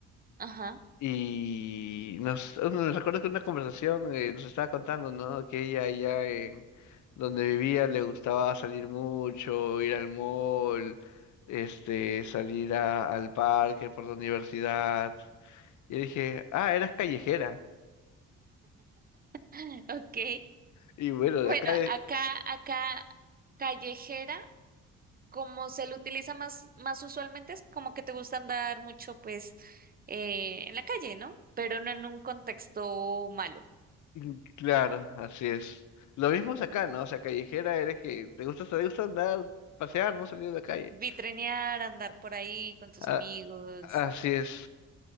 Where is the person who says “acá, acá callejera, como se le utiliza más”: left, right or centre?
Right